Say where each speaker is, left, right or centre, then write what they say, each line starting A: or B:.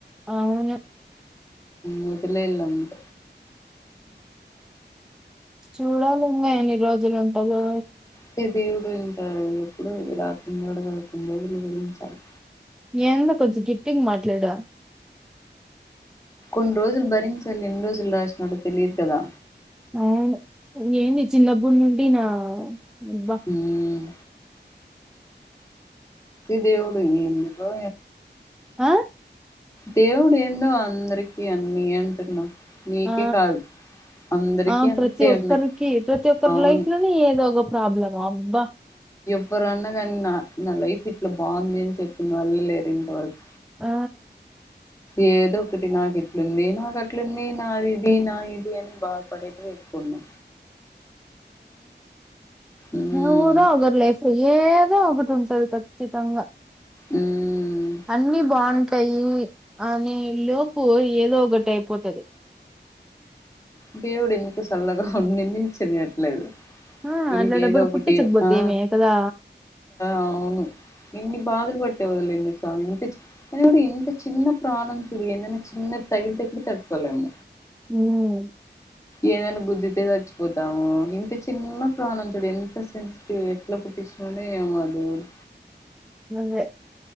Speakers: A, in the centre; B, on the left.
A: అవును
B: మదిలే ఇలా ఉంట
A: చూడాలి ఇంకా ఎన్ని రోజులు ఉంటయో
B: సదేవుడు ఎప్పుడు రాకందడుకొండు రోజులు విరించాలి
A: ఏంత కొంచం గిఫటింగ్ మాట్లాడ
B: నుూ రోజు బరీ సల్ ఇన్ రోజు రాజ తెలియకదా
A: అ ఏంది చిన్నప్పునుండి నా ముబస్
B: హ్మ్ దేవుడు ఎందుకో
A: ఆ
B: దేవుడు ఏందో అందరికి అన్న అంటున్నా నీకే
A: ఆ
B: కాదు అందరికీ
A: ఆ
B: అంతే
A: ప్రతి ఒక్కరికి
B: ఉన్నాయి
A: ప్రతి ఒక్కరి
B: అవును
A: లైఫ్ లోని ఏదో ఒక ప్రాబ్లమా అబ్బా
B: ఎవరన్నా కానీ నా లైఫ్ ఇట్లా బాగుంది అని చెప్పిన వాళ్ళు లేరు ఇంత వారకు
A: ఆ
B: ఏదో ఒకటి నాకు ఇట్లుంది నాకు అట్లుంది నాది ఇది నా ఇది అని బాధపడేట ఎక్కువన్నా ఉమ్
A: న ఊ రా అగర లేఫ ఏదో ఆ ఒకటంది ఖచ్చితంగా
B: ఉమ్
A: అన్ని బాగుంటాయి యి అ ఈ లోపు ఏదో ఒకటి అయిపోతది
B: దేవుడి ఎంటికు సల్లగా నిన్న స నట్లే
A: ఆ
B: ఇదు
A: అట్లాటప్పుడు
B: ఇకి ఏదో ఒక ఒకటి
A: పుట్టి చిక్పోతే
B: ఆ
A: ఏమే కదా
B: అవును ఇన్ని బాధలు ందుంత ఎంత చిన్న ప్రాణం చ చిన్న తగిల్ తకుటి తట్టుకోలేమ్
A: హ్మ్
B: ఏదైనా గుద్దితే చచ్చిపోతాము ఇంత చిన్న ప్రాణం చూడు ఎంత సెన్సిటివ్ ఎట్ల పుట్టిచ్చినాడో ఏమో ఆ దేవుడు
A: అదే